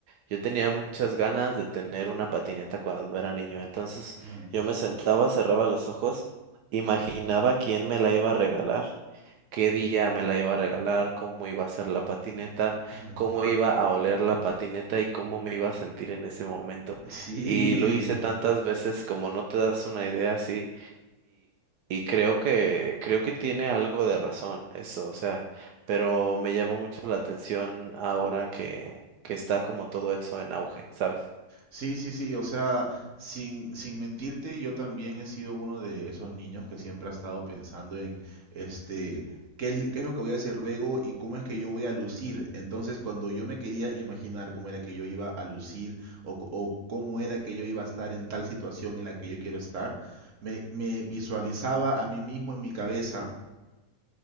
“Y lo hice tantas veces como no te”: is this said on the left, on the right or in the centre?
Right